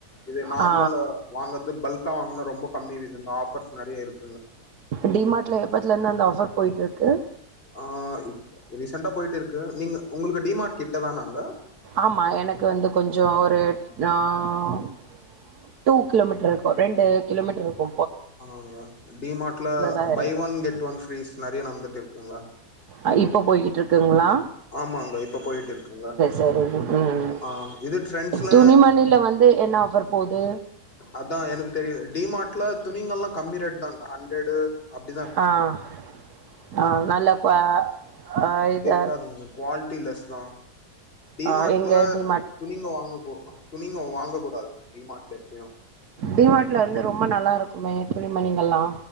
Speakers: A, on the left; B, on the right.
A: இது நார்மலு
B: ஆ
A: வாங்கர்து பல்க் த்தா வாங்னா ரொம்ப கம்மி விதுங்க ஆஃபர்ஸ் நெறைய இருக்
B: டிமார்ட்ல எப்பத்லந்து அந்த ஆஃபர் பொயிட்ருக் கு
A: ஆஹ் இப் ரீசெண்டா பொயிட்டிருக்கு நீங்க உங்களுக்கு டிமார்ட் கிட்டதானாங்க
B: ஆமா எனக்கு வந்து கொஞ்சொ ஒரு ஆஹ் டூ கிலோமீட்டர் இருக்கு ரெண்டு கிலோமீட்டர்ருக்கு
A: ஆமாங்க டிமார்ட்ல
B: தா
A: பை
B: இருக்கு
A: ஒன் கெட்
B: ம்
A: ஒன் ப்ரீஸ் நெறைய நடந்துட்டு இருக்குங்க
B: அ இப்ப பொய்கிட்ருக்குங்ளா
A: ஆமாங்க இப்ப போயிட்டிருக்குங்க
B: சரி ம்
A: ஆஹ் இது ட்ரெண்ட்ஸ்ல
B: துணிமணில வந்து என்ன ஆஃபர் போது
A: அதா எனக்கு தெரியல டிமார்ட்ல துணிங்கல்லா கம்மி ரேட் டாங்க ஹண்ரடு அக்
B: ஆஹ் ஆஹ் நல்ல கோ அ இது
A: க்காதுங்க குவால்ட்டி லெஸ் தா டிமார்ட்ல
B: ஆ எங்க டி
A: துணிங்க வாங்க கூ துணிங்க வாங்க கூடாதுங்க டிமார்ட்ல எப்பயு
B: டிமாட்ல வந்து ரொம்ப நல்லாருக் க்குமே துணிமணிங்கள்லா